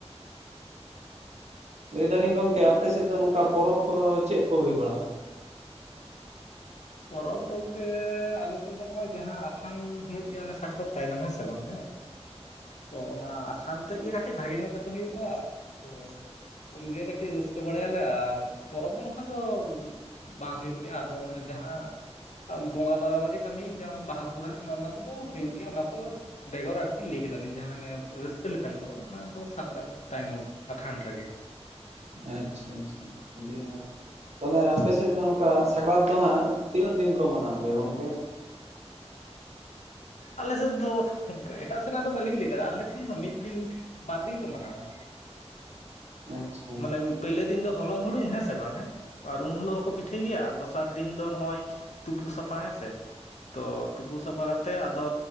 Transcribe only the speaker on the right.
ᱞᱟᱹᱭ ᱫᱟᱞᱤᱧ ᱜᱚᱝᱠᱮ ᱟᱯᱮ ᱥᱮᱫ ᱫᱚ ᱱᱚᱝᱠᱟ ᱯᱚᱨᱚᱵᱽ ᱠᱚᱫᱚ ᱪᱮᱫ ᱠᱚ ᱦᱩᱭ ᱵᱟᱲᱟᱜᱼᱟ?
ᱟᱪᱪᱷᱟ ᱟᱪᱪᱷᱟ ᱟᱹᱰᱤ ᱢᱚᱡᱽ ᱛᱟᱦᱞᱮ ᱟᱯᱮ ᱥᱮᱫ ᱫᱚ ᱱᱚᱝᱠᱟ ᱥᱟᱠᱨᱟᱛ ᱫᱚ ᱦᱟᱸᱜ ᱛᱤᱱᱟᱹᱜ ᱫᱤᱱ ᱠᱚ ᱢᱟᱱᱟᱣ ᱜᱮᱭᱟ ᱜᱚᱝᱠᱮ
ᱟᱪᱪᱷᱟ ᱦᱳᱭ